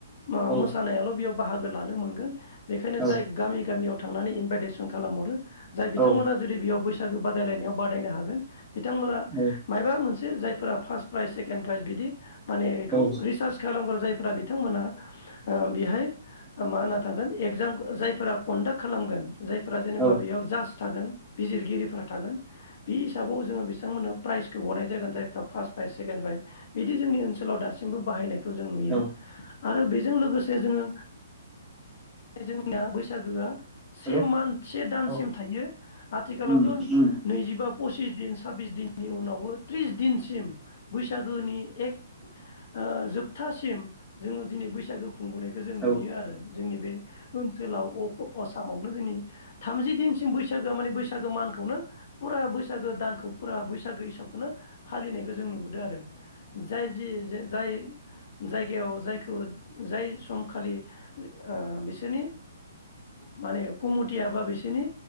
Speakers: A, on the left (about 50°); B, in the centre.
A: म
B: औ
A: मोसानायाल' बेयाव बाहागो लानो मोनगोन बेखायनो
B: औ
A: जाय गामि गामियाव थांनानै इनभाइटेसन खालामहरो जाय बिथांमोना
B: औ
A: जुदि बेयाव बैसा सागो बादायलायनायाव बादायनो हागोन बिथांमोना
B: औ
A: मायबा मोन से जायफोरा फास प्राइज सेकेन्ड प्राइज बिदि माने इखौ
B: औ
A: रिसार्च खालामग्रा जायफोरा बि बिथांमोना ओम बिहाय मा होनना थागोन एगजाम जायफोरा कन्दाक खालामगोन जायफोरा जेनेबा
B: औ
A: बेयाव जास थागोन बिजिरगिरिफोरा थागोन बि हिसाबाव जोङो बिस थांमोननो प्राइजखौ हरनाय जागोन जाय फ्रा फास फायस सेकेन ब्राइ बिदि जोंनि ओनसोलाव दासिमबो बाहायनायखौ जों नुयो
B: औ
A: आरो बेजों लोगोसे जोङो बे जोंनिया बैसागोआ से
B: हेल'
A: मान से दानसिम
B: औ
A: थायो। आथिखालावथ
B: उम उम
A: नैजिबा फसिस दिन साब्बिस दिननि उनावबो त्रिस दिनसिम बैसागोनि एक ओ जोबथासिम जोङो दिनै बैसागो खुंबोनायखौ जों
B: औ
A: नुयो आरो। जोंनि बे ओनसोलाव अ आसामावनो दिनै थामजि दिन सिम बैसागो माने बैसागो मानखौ खौनो फुरा बै सागो दानखौ फुरा बैसागो हिसाब नो फालिनायखौ जों नुबोदो। जाय जाय जायगायाव जायखौ जाय सम खालि ओ बिसोरनि माने कमिटिया बा बिसोरनि